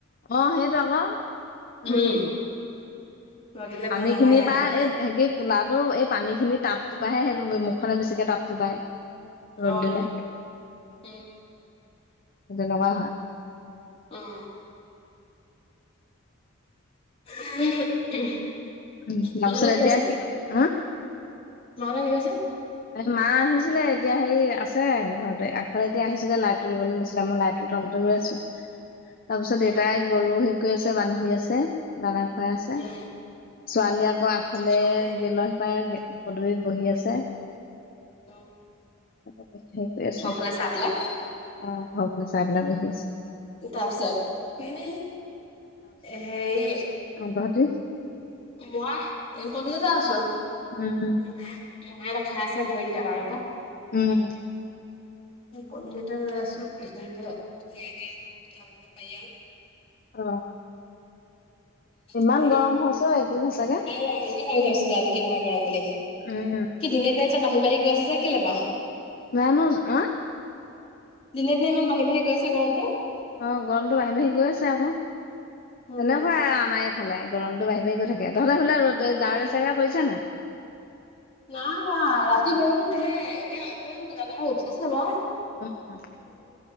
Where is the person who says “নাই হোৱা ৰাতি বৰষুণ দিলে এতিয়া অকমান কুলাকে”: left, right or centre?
Left